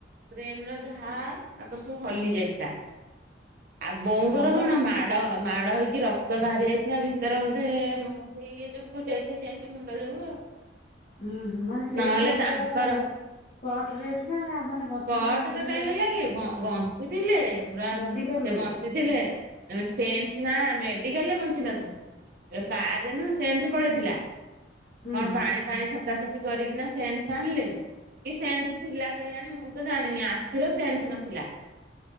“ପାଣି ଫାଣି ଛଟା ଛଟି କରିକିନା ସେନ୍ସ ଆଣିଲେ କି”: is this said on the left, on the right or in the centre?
Right